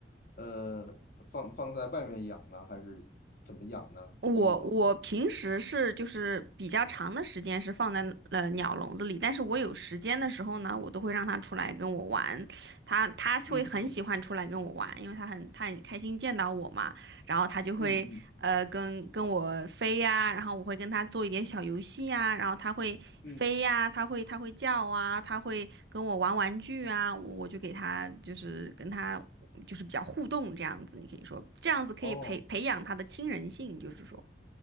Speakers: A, on the left; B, on the right.
A: 呃放放在外面养呢，还是怎么养呢？
B: 我我平时是就是比较长的时间是放在了鸟笼子里，
A: 鹦鹉？
B: 但是我有时间的时候呢，我都会让它出来跟我玩，它它会很喜欢出来跟我玩，
A: 嗯嗯
B: 因为它很它很开心见到我嘛。然后他就会呃跟跟我飞呀，
A: 嗯嗯
B: 然后我会跟他做一点小游戏呀，然后他会飞呀，
A: 嗯，
B: 他会他会叫啊，他会跟我玩玩具啊，我我就给他就是跟他就是比较互动这样子，你可以说这样子可以培培养他的亲人性，
A: 哦，
B: 就是说，